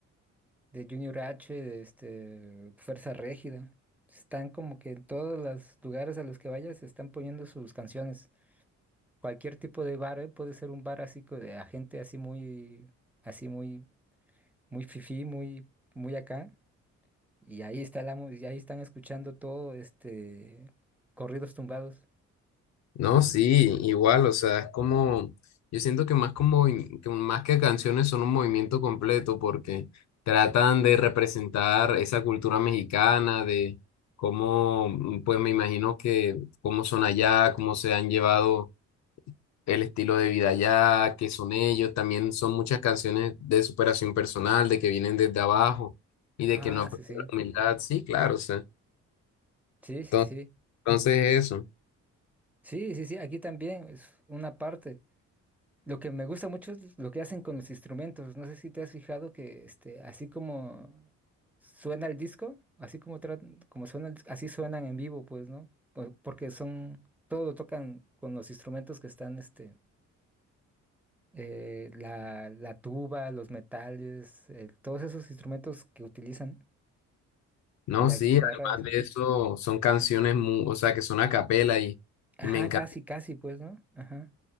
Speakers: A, in the centre; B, on the left.
A: de Junior H, de este, Fuerza Régida, están como que en todos los lugares a los que vayas están poniendo sus canciones. cualquier tipo de bar, ¿eh? Puede ser un bar así co- de a gente así muy, así muy, muy fifí, muy, muy acá. Y ahí está la, mu- y ahí están escuchando todo, este, corridos tumbados.
B: No, sí, igual, o sea, es como, yo siento que más como, que más que canciones son un movimiento completo porque tratan de representar esa cultura mexicana, de cómo, pues me imagino que cómo son allá, cómo se han llevado el estilo de vida allá, que son ellos. También son muchas canciones de superación personal, de que vienen desde abajo y de
A: Ah,
B: que no han
A: sí,
B: perdido
A: sí.
B: la humildad. Sí, claro, o sea.
A: Sí, sí,
B: Entonces,
A: sí.
B: entonces eso.
A: Sí, sí, sí, aquí también es una parte. Lo que me gusta mucho es lo que hacen con los instrumentos. No sé si te has fijado que este, así como suena el disco, así como, trat- como suena el dis- así suenan en vivo, pues, ¿no? Por- Porque son, todo lo tocan con los instrumentos que están, este, eh, la, la tuba, los metales, eh, todos esos instrumentos que utilizan
B: No,
A: y la
B: sí,
A: guitarra
B: además
A: esa.
B: de eso, son canciones, mu- o sea, que son a capela y,
A: Ajá,
B: y me encanta.
A: casi, casi, pues, ¿no? Ajá.